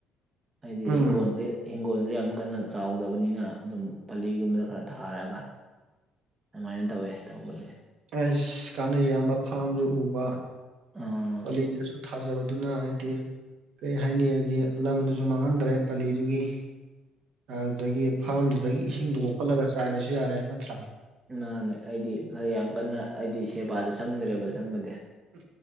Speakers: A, on the right; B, on the right.
A: ꯍꯥꯏꯗꯤ
B: ꯎꯝ
A: ꯍꯤꯡꯒꯣꯜꯁꯦ ꯍꯤꯡꯒꯣꯜꯁꯨ ꯌꯥꯝ ꯀꯟꯅ ꯆꯥꯎꯗꯕꯅꯤꯅ ꯑꯗꯨꯝ ꯄꯂꯤꯒꯨꯝꯕꯗ ꯈꯔ ꯊꯥꯔꯛꯑꯒ ꯑꯗꯨꯃꯥꯏꯅ ꯇꯧꯋꯦ ꯇꯧꯕꯁ
B: ꯑꯁ ꯀꯥꯅꯩ ꯌꯥꯝꯕ ꯐꯥꯝꯁꯨ ꯎꯕ
A: ꯑ
B: ꯀꯂꯤꯗꯁꯨ ꯊꯥꯖꯕꯗꯨꯅ ꯍꯥꯏꯗꯤ ꯀꯔꯤ ꯍꯥꯏꯅꯤ ꯍꯥꯏꯗꯤ ꯂꯝꯗꯨꯁꯨ ꯃꯥꯡꯍꯟꯗ꯭ꯔꯦ ꯄꯜꯂꯤꯗꯨꯒꯤ ꯑꯗꯨꯗꯒꯤ ꯐꯥꯔꯝꯗꯨꯗꯒꯤ ꯏꯁꯤꯡꯗꯨꯣ ꯀꯣꯛꯈꯠꯂꯒ ꯆꯥꯏꯔꯁꯨ ꯌꯥꯔꯦ ꯅꯠꯇ꯭ꯔꯥ
A: ꯃꯥꯅꯦ ꯑꯩꯗꯤ ꯈꯔ ꯌꯥꯝ ꯀꯟꯅ ꯑꯩꯗꯤ ꯁꯦꯕꯥꯗꯣ ꯆꯪꯗ꯭ꯔꯦꯕ ꯆꯪꯕꯗꯤ
B: ꯎꯝ